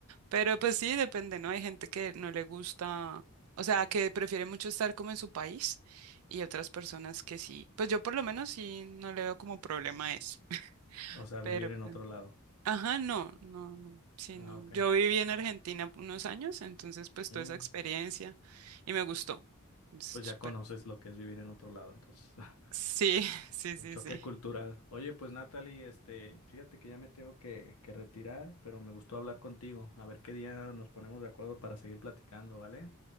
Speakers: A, on the right; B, on the left.
A: Pero pues sí, depende, ¿no? Hay gente que no le gusta, o sea, que prefiere mucho estar como en su país y otras personas que sí. Pues yo por lo menos sí no le veo como problema a eso. <laughs>
B: O sea, vivir
A: Pero,
B: en otro
A: pues,
B: lado.
A: ajá, no, no, no, sí,
B: Ah,
A: no.
B: ok.
A: Yo viví en Argentina unos años, entonces pues
B: Mm,
A: toda esa experiencia y me gustó. Es
B: pues
A: súper.
B: ya conoces lo que es vivir en otro lado, entonces. <laughs>
A: Sí, <laughs> sí,
B: El
A: sí,
B: choque
A: sí.
B: cultural. Oye, pues Natalie, este, fíjate que ya me tengo que, que retirar, pero me gustó hablar contigo. A ver qué día nos ponemos de acuerdo para seguir platicando, ¿vale?